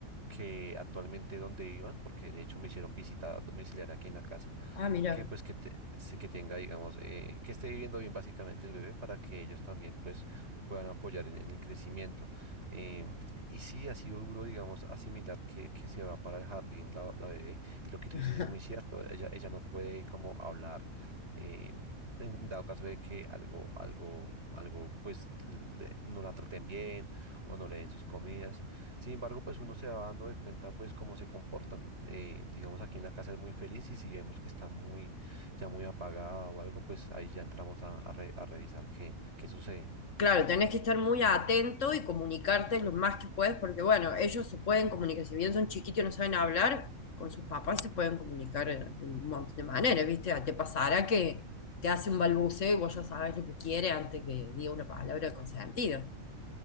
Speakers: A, on the right (about 50°); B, on the left (about 60°).
A: que actualmente donde vivan, porque de hecho me hicieron visita domiciliaria aquí en la casa
B: Ah, mira.
A: que pues que, te- sí que tenga, digamos, eh, que esté viviendo bien básicamente el bebé para que ellos también pues puedan apoyar en, en el crecimiento. Em, y sí, ha sido duro, digamos, asimilar que, que se va para el jardín la, la bebé. Y lo que tú
B: <laughs>
A: dices es muy cierto, ella, ella no puede como hablar. eh, en dado caso de que algo, algo, algo, pues le- no la traten bien o no le den sus comidas. Sin embargo, pues uno se va dando de cuenta pues cómo se comportan. Eh, digamos aquí en la casa es muy feliz y si vemos que está muy, ya muy apagada o algo, pues ahí ya entramos a, a re- a revisar qué, qué sucede.
B: Claro, tenés que estar muy atento y comunicarte lo más que puedes, porque bueno, ellos se pueden comunicar, si bien son chiquitos y no saben hablar, con sus papás se pueden comunicar eh, de un montón de maneras, ¿viste? Ah, Te pasará que te hace un balbuceo y vos ya sabes lo que quiere antes que diga una palabra con sentido.